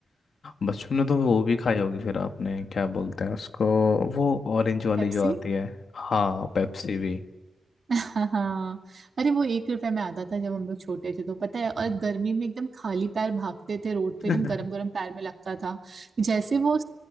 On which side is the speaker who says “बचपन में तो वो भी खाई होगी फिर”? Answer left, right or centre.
Left